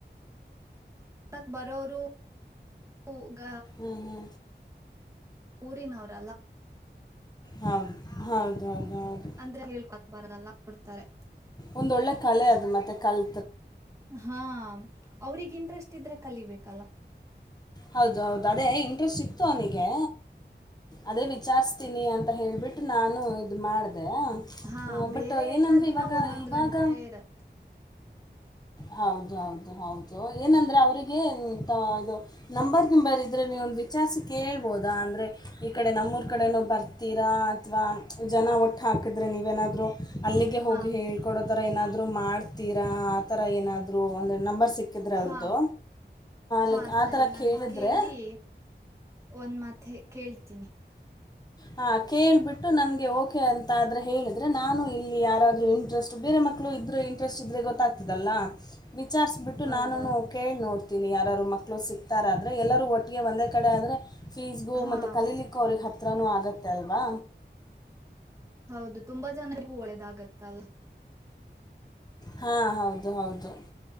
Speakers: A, on the right; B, on the left.
A: ಅಕ್ ಬರೋರುಗ
B: ಹ್ಞೂ ಹ್ಞೂ
A: ಊರಿನಾರ
B: ಹೌದು ಹೌದು ಹೌದು ಹೌದು
A: ಅಂದ್ರ ಹೇಳ್ಕಕ್ಬಾರದಲ್ಲ ಕೊಡ್ತಾರೆ
B: ಒಂದೊಳ್ಳೆ ಕಲೆ ಅದು ಮತ್ತೆ ಕಲ್
A: ಹಾ ಅವ್ರಗ್ ಇಂಟ್ರೆಸ್ಟ್ ಇದ್ರೆ ಕಲಿಬೇಕಲ್ಲ
B: ಹೌದು ಹೌದು ಅದೇ ಇಂಟ್ರೆಸ್ಟ್ ಸಿಕ್ತು ಅವನಿಗೆ ಅದೇ ವಿಚಾರಿಸ್ತೀನಿ ಅಂತ ಹೇಳಿಬಿಟ್ಟು ನಾನು ಇದು ಮಾಡಿದೆ
A: ಹಾ
B: ಅದೇ
A: ಬೇರೆ
B: ಬಟ್ ಏನಂದ್ರೆ
A: ಎಲ್ಲ ದಿನ
B: ಇವಾಗ
A: ಒಂದೊಂದ್
B: ಇವಾಗ
A: ಗಂಟೆ ಇರತ್
B: ಹೌದು ಹೌದು ಹೌದು ಏನಂದ್ರೆ ಅವ್ರಿಗೆ ಇದು ನಂಬರ್ ಗಿಂಬರ್ ಆದ್ರೆ ನೀವುದು ವಿಚಾರಿಸಿ ಕೇಳ್ಬೋದಾ ಅಂದ್ರೆ ಈ ಕಡೆ ನಮ್ಮೂರ್ ಕಡೆನ ಬರ್ತೀರಾ ಅಥವಾ ಜನ ಒಟ್ಟು ಹಾಕಿದ್ರೆ ನೀವೇನಾದರೂ ಅಲ್ಲಿಗೆ ಹೋಗಿ
A: ಹಾ
B: ಹೇಳ್ಕೊಡೋ ತರ ಏನಾದ್ರು ಮಾಡ್ತೀರಾ ಆತರ ಏನಾದ್ರು ಅಂದ್ರೆ ನಂಬರ್ ಸಿಕ್ ಸಿಕ್ಕಿದ್ರೆ ಅವ್ರದ್ದು
A: ಹಾ ಹಾ
B: ಲಕ್
A: ಸರಿ
B: ಆಥರ
A: ನಾನು
B: ಕೇಳಿದ್ರೆ
A: ಕೇಳಿ ಒಂದ್ ಮಾತ್ ಕೇಳ್ತೀನಿ
B: ಹ ಕೇಳಳ್ಬಿಟ್ಟು ನನ್ಗೆ ಓಕೆ ಅಂತ ಆದ್ರೆ ಹೇಳಿದ್ರೆ ನಾನು ಇಲ್ಲಿ ಯಾರಾದ್ ಇಂಟ್ರೆಸ್ಟ್ ಬೇರೆ ಮಕ್ಕಳು ಇದ್ರೆ ಇಂಟ್ರೆಸ್ಟ್ ಇದ್ರೆ ಗೊತ್ತಾಗ್ತದಲ್ಲ ವಿಚಾರಸ್ ಬಿಟ್ಟು
A: ಹೌದೌದು
B: ನಾನು ಕೇಳಿ ನೋಡ್ ನಿ ಯಾರಾರು ಮಕ್ಕಳು ಸಿಗ್ತಾರ ಆದ್ರರೆ ಎಲ್ಲರೂ ಒಟ್ಟಿಗೆ ಒಂದೇ ಕಡೆ ಆದರೆ ಫೀಸ್ಬು
A: ಹಾ
B: ಮತ್ತುತ್ತೆ ಕಲೀಲಿಕ್ಕ ಅವ್ರಿಗೆ ಹತ್ರಿನೂ ಆಗತ್ತೆ ಅಲ್ವಾ
A: ಹೌದು ತುಂಬಾ ಜನರಿಗೂ ಒಳ್ಳೆದಾಗತ್ತಲ್ಲ
B: ಹಾ ಹೌದು ಹೌದು